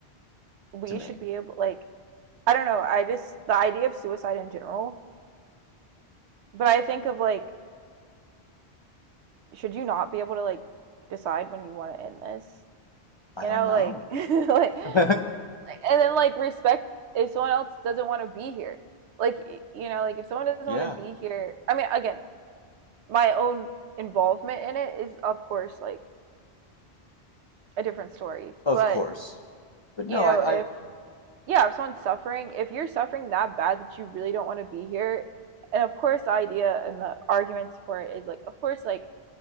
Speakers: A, on the right (about 80°); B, on the left (about 35°).
A: we
B: to me.
A: should be able like I don't know, I just the idea of suicide in general, but I think of like should you not be able to like decide when you want to end this?
B: I
A: You
B: don't
A: know,
B: know.
A: like, <laughs> like, and
B: <laughs>
A: then like respect if someone else doesn't want to be here. Like, you know, like if someone doesn't
B: Yeah,
A: want to be here, I mean, again, my own involvement in it is of course like a different story.
B: of
A: But,
B: course. But no,
A: you know,
B: I,
A: if
B: I,
A: yeah, if someone's suffering, if you're suffering that bad that you really don't want to be here, and of course the idea and the arguments for it is like of course like